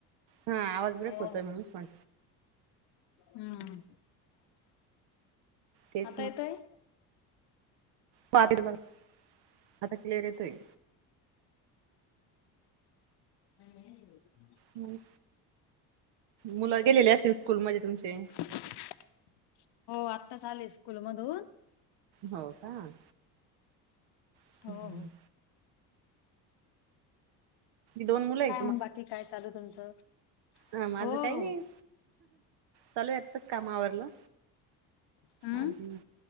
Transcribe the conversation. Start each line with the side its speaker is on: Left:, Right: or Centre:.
Right: हा आवाज ब्रेक
Left: हो,
Right: होतोय
Left: हो,
Right: म्हणूनच म्हण
Left: हम्म हम्म
Right: तेच
Left: आता येतोय
Right: पाकीट बघा. आता क्लिअर येतोय.
Left: <inaudible>
Right: हू मुलं गेलेले असेतील स्कूल मध्ये तुमचे?
Left: हो, आत्ताच आले स्कूल मधून.
Right: हो का? हम्म
Left: हो हो.
Right: दोन मुलं आहे
Left: काय मंग बाकी, काय चालू तुमचं?
Right: ह माझं
Left: हो
Right: काही
Left: हो.
Right: नाही, चालू आहे आत्ताच काम आवरलं
Left: हम्म.
Right: आली,